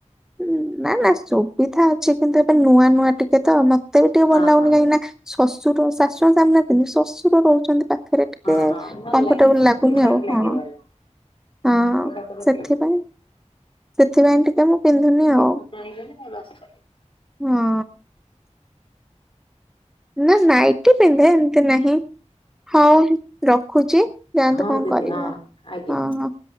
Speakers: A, in the centre; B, on the left (about 45°).
A: ହୁଁ ନା ନା ସୁବିଧା ଅଛି କିନ୍ତୁ ଏବେ ନୂଆ ନୂଆ ଟିକେ ତ ମତେ ବି ଟିକେ
B: ହଁ
A: ଭଲ ଲାଗୁନି
B: ହଁ
A: କାହିଁକି ନା ଶ୍ୱଶୁର ଶାଶୁ ସାମନାରେ ପିନ୍ଧିବି ଶଶୁର ରହୁଛନ୍ତି ପା ପାଖରେ ଟିକେ
B: ହଁ ହଁ ଭଲ
A: କମ୍ଫର୍ଟେବୁଲ
B: ଲାଗିବ
A: ଲାଗୁନି
B: କି ଟାଇମ୍
A: ଆଉ
B: ଲାଗିବନି।
A: ହଁ ହଁ
B: ଯୋଉଟା କହିଲେ
A: ସେଥିପାଇଁ
B: ଠିକ୍ ସେ
A: -ସେଥିପାଇଁ ଟି ଏ ମୁଁ ପିନ୍ଧୁନି
B: ଟିକେ
A: ଆଉ
B: ଫାଙ୍କା ହେଇଗଲେ ଆଉ ବାସ୍ ଚଲେଇବ।
A: ହଁ। ନା ନାଇଟି ପିନ୍ଧେ ଏମିତି ନାହିଁ ହଉ ରଖୁଚି ଯାଆନ୍ତୁ
B: ହଉ
A: କଣ
B: ଦିଦି
A: କରିବେ
B: ହଁ
A: ହଁ-
B: ଆଜ୍ଞା।
A: ହଁ।